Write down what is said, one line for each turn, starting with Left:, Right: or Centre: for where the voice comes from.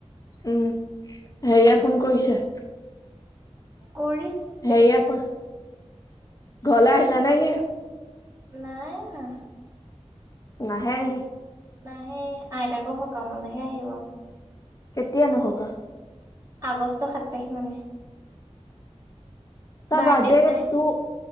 Left: উম, হেৰিয়ে
Right: পুৰা।
Left: ফোন কৰিছে।
Right: কৰিছ
Left: হেৰিয়ে ফোন, ঘৰলে আহিলা নেকি
Right: নাই আহা।
Left: নাই নেকি?
Right: নাহে, আইতাকৰ সকামলৈহে আহিব।
Left: কেতিয়ানো সকাম
Right: আগষ্ট সাত তাৰিখ মানে
Left: তাৰ
Right: বাৰ্থডেত
Left: বাৰ্থডে
Right: নাহে
Left: তোৰ,